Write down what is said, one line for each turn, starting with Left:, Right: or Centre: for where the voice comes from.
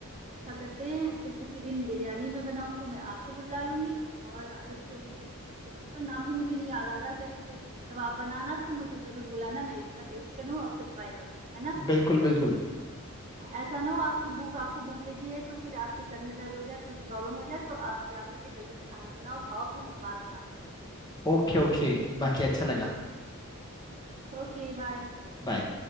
Right: ऐसा करते हैं फिर किसी दिन बिरयानी में बनाऊं तो मैं आपको बुला लूंगी और अगर छोले उसका नाम भी मुझे नहीं याद आ रहा सही से जब आप बनाना तो मुझे जरूर बुलाना मैं एक बार टेस्ट करूँ और फिर ट्राई करूंगी है ना
Left: बिल्कुल बिल्कुल
Right: ऐसा ना हो आपकी भूख आपको भूख लगी है तो फिर आपके सर में दर्द हो जाए कुछ प्रॉब्लम हो जाए तो आप जा करके जल्दी से खाना बनाओ खाओ फिर हम बाद में बात करेंगे
Left: Okay okay बाकी अच्छा लगा
Right: Okay bye
Left: बाय